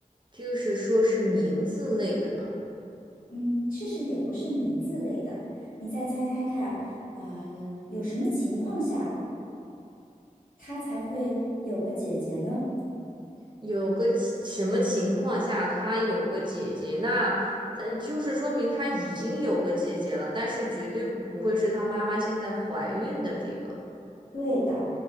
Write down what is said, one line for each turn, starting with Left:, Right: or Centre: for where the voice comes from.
Right: 就是说是名字类的呢？
Left: 嗯，其实也不是名字类的，你再猜猜看，呃，有什么情况下他才会有个姐姐呢？
Right: 有个情什么情况下他有个姐姐，那他就是说明他已经有个姐姐了，但是绝对不不会是他妈妈现在怀孕的这个。
Left: 对的，